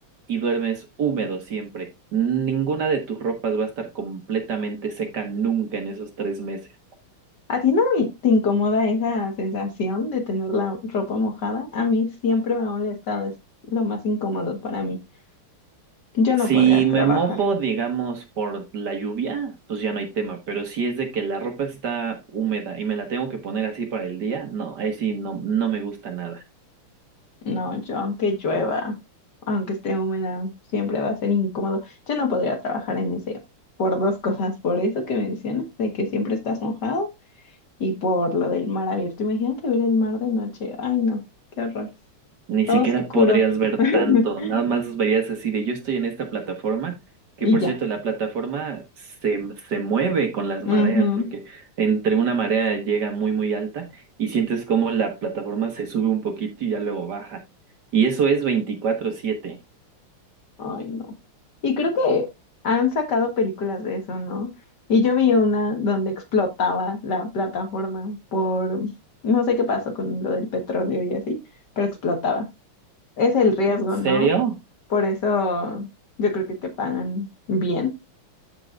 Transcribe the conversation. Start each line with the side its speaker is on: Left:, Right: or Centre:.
Right: y duermes húmedo siempre. Ninguna de tus ropas va a estar completamente seca nunca en esos tres meses.
Left: ¿A ti no me- te incomoda esa sensación de tener la ropa mojada? A mí siempre me ha molestado, es lo más incómodo para mí. Yo
Right: Si
Left: no podría trabajar.
Right: me mojo, digamos, por la lluvia, pues ya no hay tema, pero si es de que la ropa está húmeda y me la tengo que poner así para el día, no, ahí sí no, no me gusta nada.
Left: No, yo aunque llueva, aunque esté húmeda, siempre va a ser incómodo. Yo no podría trabajar en ese por dos cosas, por eso que mencionas, de que siempre estás mojado Y por lo del mar abierto, imagínate ver el mar de noche. Ay, no, qué horror.
Right: Ni
Left: Todo
Right: siquiera
Left: oscuro.
Right: podrías ver
Left: <laughs>
Right: tanto, nada más verías así de yo estoy en esta plataforma, que
Left: Y
Right: por
Left: ya.
Right: cierto, la plataforma se, se mueve con las
Left: Ujú.
Right: mareas, porque entre una marea llega muy, muy alta y sientes como la plataforma se sube un poquito y ya luego baja. Y eso es veinticuatro siete.
Left: Ay, no. Y creo que han sacado películas de eso, ¿no? Y yo vi una donde explotaba la plataforma por, no sé qué pasó con lo del petróleo y así, pero explotaba. Es el riesgo,
Right: ¿En serio?
Left: ¿no? Por eso yo creo que te pagan bien